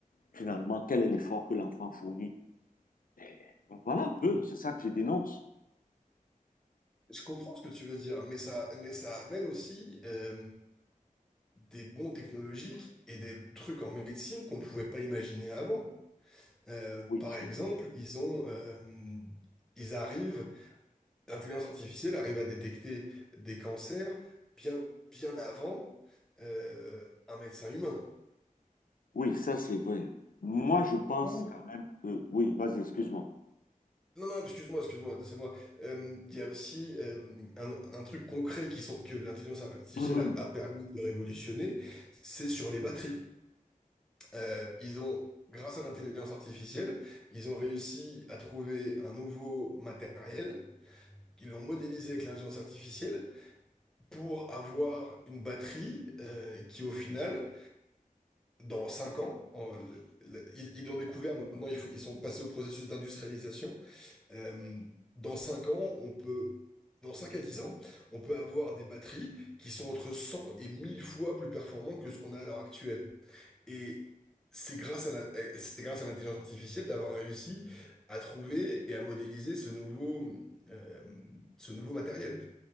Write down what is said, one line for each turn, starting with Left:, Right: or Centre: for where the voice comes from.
Left: finalement, quel est l'effort que l'enfant fournit? Mais, voilà un peu, c'est ça que je dénonce.
Centre: je comprends ce que tu veux dire, mais ça, mais ça amène aussi euh, des bons technologiques et des trucs en médecine qu'on pouvait pas imaginer avant. Euh,
Left: Oui,
Centre: par
Left: c'est
Centre: exemple,
Left: vrai.
Centre: ils ont, euh, ils arrivent, l'intelligence artificielle arrive à détecter des cancers bien, bien avant euh, un médecin humain.
Left: Oui, ça c'est vrai. Moi, je pense
Centre: Ou,
Left: quand même que... Oui, vas-y, excuse-moi.
Centre: non, non, excuse-moi, excuse-moi, c'est moi. Euh, Il y a aussi euh, un, un truc concret qui sont, que l'intelligence artificielle
Left: Mhm.
Centre: a, a permis de révolutionner, c'est sur les batteries. Euh, ils ont, grâce à l'intelligence artificielle, ils ont réussi à trouver un nouveau matériel, qu'ils l'ont modélisé avec l'intelligence artificielle, pour avoir une batterie euh, qui, au final, dans 5 ans, en- le- le- ils, ils l'ont découvert, maintenant il faut, ils sont passés au processus d'industrialisation. Euh, dans 5 ans, on peut, dans 5 à 10 ans, on peut avoir des batteries qui sont entre 100 et 1000 fois plus performantes que ce qu'on a à l'heure actuelle. Et c'est grâce à la, et c'est grâce à l'intelligence artificielle d'avoir réussi à trouver et à modéliser ce nouveau, euh, ce nouveau matériel.